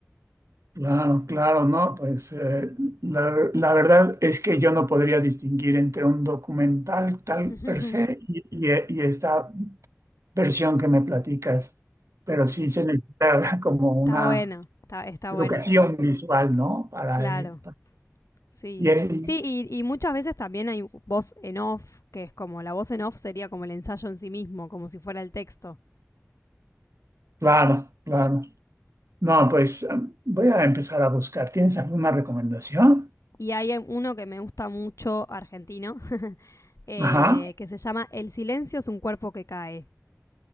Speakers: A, on the right; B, on the left.
A: Claro, claro, no, pues eh, la, la verdad es que yo no podría distinguir entre un documental tal
B: <laughs>
A: per se y, y- y esta versión que me platicas, pero sí se necesita <laughs> como una
B: está bueno, está, está
A: educación
B: bueno,
A: visual, ¿no? Para,
B: claro.
A: eh,
B: Sí,
A: Y ahí,
B: sí, y, y, muchas veces también hay voz en off, que es como la voz en off sería como el ensayo en sí mismo, como si fuera el texto.
A: claro, claro. No, pues am, voy a empezar a buscar. ¿Tienes alguna recomendación?
B: Y hay uno que me gusta mucho, argentino, eh,
A: Ajá,
B: que se llama El silencio es un cuerpo que cae.